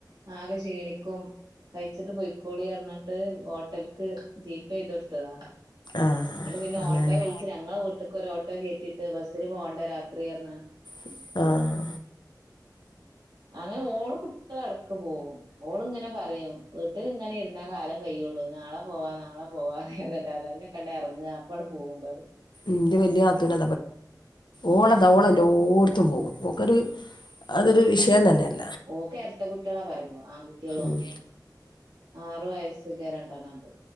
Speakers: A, on the right; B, on the left.
A: ആകെ ക്ഷീണിക്കും. കയ്ച്ച്ട്ട് പൊയ്ക്കോള്യർഞ്ഞിട്ട് ഹോ ട്ടൽക്ക് ജീപെയ്തൊട്ത്തതാ
B: ആഹ്
A: ന്നട്ട് പിന്നെ
B: അങ്ങനെ
A: ഓട്ടോ വിൾച്ച് ഞങ്ങളെ വീട്ട്ക്കൊരോ ട്ടോ കേറ്റിട്ട് ബസ്സില് പോണ്ട രാത്രിയർഞ്ഞ
B: ആഹ്
A: അങ്ങനെ ഓളു കുട്ട്യളെടക്ക് പോവും. ഓള്ങ്ങനെ പറിം വീട്ടില്ങ്ങനിര്ന്ന കാലം കയൊള്ളൂ നാളെ പോവാ നാളെ പോവാ റ്യനല്ലാ ധൈന്യകണ്ടെർങ്ങാ അപ്പാണ് പോവും പറിം
B: ഇന്റെ വെല്ല്യെ അദ്‌നാ ഓളതാ
A: ഉം
B: ഓളെല്ലോട്ത്തും പോവും ഒക്കൊര് അതൊരു വിഷയം തന്നെല്ലേ.
A: ഓക്കെര്ട്ടകുട്ട്യളാ പറിമ്പം ആൺകുട്ട്യേളാണ്
B: ഉം
A: ആറ് വയസ്. ഇല്ലെ രണ്ടെണണ്ട്.